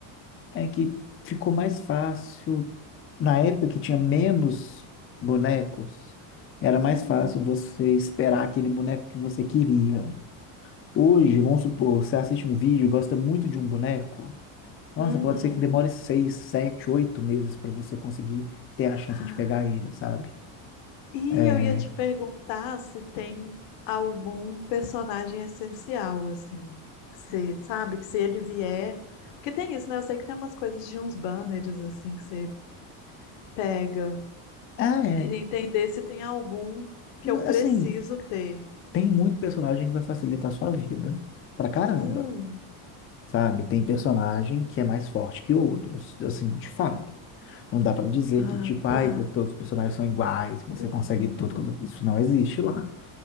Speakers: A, on the left (about 30°); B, on the left (about 70°).
A: é que ficou mais fácil na época que tinha menos bonecos, era
B: Hum,
A: mais fácil você esperar aquele boneco que você queria. Hoje, vamos supor, você assiste um vídeo e gosta muito de um boneco. Nossa,
B: uhum.
A: pode ser que demore seis, sete, oito meses para você conseguir ter a chance
B: Ah.
A: de pegar ele, sabe?
B: E
A: É...
B: eu ia te perguntar se tem algum personagem essencial, assim. Você sabe que se ele vier. Porque tem isso, né? Eu sei que tem umas coisas de uns banners, assim, que você pega.
A: Ah, é.
B: Queria entender se tem algum que eu preciso
A: Assim,
B: ter.
A: tem muito personagem que vai facilitar a sua vida pra caramba.
B: Hum.
A: sabe? Tem personagem que é mais forte que outros, assim, de fato. Não dá para dizer
B: Ah,
A: que, tipo,
B: tá.
A: ai, que todos os personagens são iguais, que você
B: Uhum.
A: consegue tudo, quando- isso não existe lá.